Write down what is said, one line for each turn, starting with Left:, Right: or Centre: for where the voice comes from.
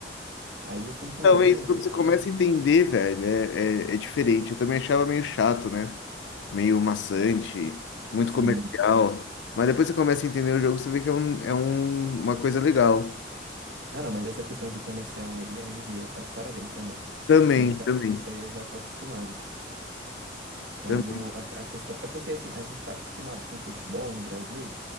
Right: Aí eu fui entendendo
Left: Então, é isso, quando
Right: e
Left: você
Right: tal.
Left: começa a entender, velho, é, é, é diferente. Eu também achava meio chato, né? Meio maçante, muito
Right: Sim.
Left: comercial. Mas depois você começa a entender o jogo, você vê que é, um, é um- uma coisa legal.
Right: Ah, não, mas essa questão de comercial aí, a NBA tá de parabéns também.
Left: Também,
Right: Então,
Left: também,
Right: isso aí eu já tô acostumado. Mas
Left: também.
Right: o, a, a questão. É porque assim, a gente tá acostumado com futebol no Brasil